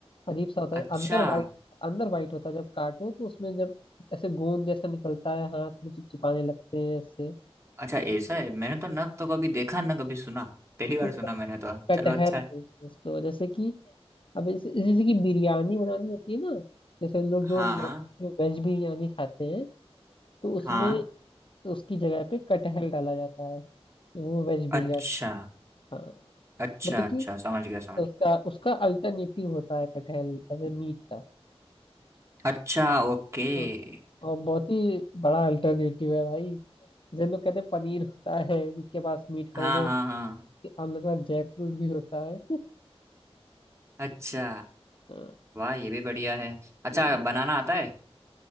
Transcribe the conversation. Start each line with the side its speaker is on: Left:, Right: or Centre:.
Left: अजीब सा होता
Right: अच्छा
Left: है अंदर वाइट अंदर वाइट होता है जब काटो तो उसमें जब ऐसे गोंद जैसा निकलता है हाथ में चिपचिपाने लगते हैं ऐसे
Right: अच्छा ऐसा है मैंने तो ना तो कभी देखा ना कभी सुना पहली
Left: उसको
Right: बार
Left: क-
Right: सुना मैंने तो
Left: कटहल
Right: चलो अच्छा
Left: बोलते हैं उसको जैसे कि अब जैसे जैसे कि बिरयानी बनानी होती है ना जैसे लोग जो
Right: हाँ
Left: नॉन- जो वेज बिरयानी खाते हैं तो उसमें
Right: हाँ
Left: उसकी जगह पे कटहल डाला जाता है वो वेज बिरयानी
Right: अच्छा
Left: हाँ
Right: अच्छा
Left: मतलब
Right: अच्छा
Left: कि
Right: समझ गया समझ
Left: उसका उसका अल्टरनेटिव होता है कटहल एज ए मीट का
Right: गया अच्छा ओके
Left: और बहुत ही बड़ा अल्टरनेटिव है भाई जैसे लोग कहते हैं पनीर होता है जिसके पास मीट
Right: हाँ
Left: खाने दो
Right: हाँ हाँ
Left: हम लोग के पास जैक फ्रूट भी होता है
Right: अच्छा
Left: अ,
Right: वाह ये भी बढ़िया है अच्छा
Left: नहीं
Right: बनाना आता है